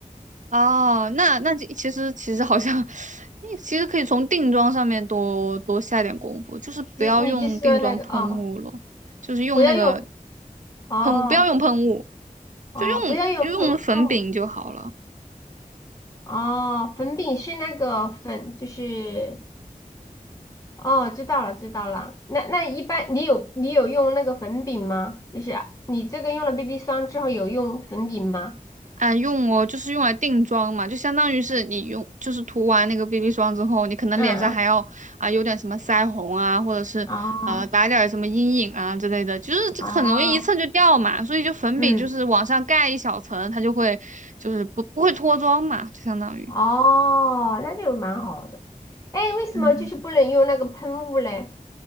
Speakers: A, on the right (about 60°); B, on the left (about 20°).
A: 哦，那那其实其实好像，你其实可以从定妆上面多多下点功夫，就是不要用定妆喷雾了，
B: 即你就是说那个哦，
A: 就是用那个
B: 不要用哦
A: 喷，不要用喷雾，
B: 哦，
A: 就用就用粉饼就好了。
B: 不要用喷喷哦，粉饼是那个粉，就是哦，知道了知道了。那那一般你有你有用那个粉饼吗？就是啊你这个用了 BB 霜之后有用粉饼吗？
A: 啊，用哦，就是用来定妆嘛，就相当于是你用，就是涂完那个 BB 霜之后，你可能脸上还要啊有点什么腮红啊，
B: 嗯
A: 或者是呃打点儿什么阴影啊之类的，
B: 嗯，
A: 就是这个很容易一蹭就掉嘛，
B: 哦哦，
A: 所以就粉饼就是往上盖一小层，
B: 嗯。
A: 它就会就是不不会脱妆嘛，就相当于。
B: 哦，那就蛮好的。哎，为什么就是不能用那个喷雾嘞？
A: 嗯，